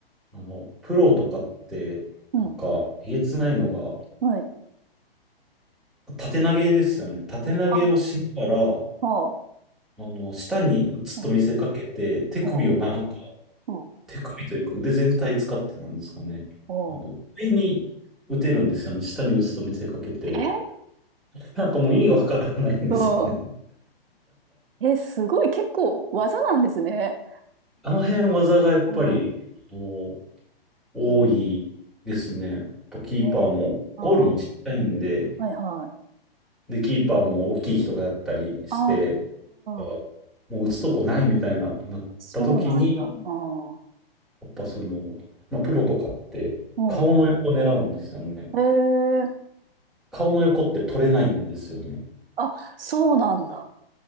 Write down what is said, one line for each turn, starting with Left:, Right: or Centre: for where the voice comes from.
Centre: あの、プロとかって、
Right: うん。
Centre: なんか、えげつないのが、
Right: はい。
Centre: 縦投げですよね。縦投げをしながら、
Right: あ、はあ。
Centre: あの、下に打つと見せかけて、
Right: うん。は
Centre: 手首を何
Right: あ。うん。
Centre: 手首というか腕全体使ってなんですかね。
Right: うん。
Centre: あの、上に打てるんですよね。下に打つと見せかけて。
Right: え
Centre: <laughs> なんかもう意味がわからないんですよね。
Right: うん。
Centre: <laughs>
Right: え、すごい、結構技なんですね。
Centre: あの辺技がやっぱり、
Right: あー
Centre: もう多いですね。
Right: うん。
Centre: やっぱキーパーも、
Right: ええ。ああ、
Centre: ゴールもちっちゃいんで、
Right: はいはい。
Centre: で、キーパーも大きい人がやったりして、
Right: あ
Centre: あ
Right: あ、
Centre: もう打つとこないみたいな、なった時に、
Right: そうなんだ。ああ、
Centre: やっぱその、まあ、プロとかって顔の横狙うんですよね。
Right: うん。ええ。
Centre: 顔の横って取れないんですよね。
Right: あ、そうなんだ。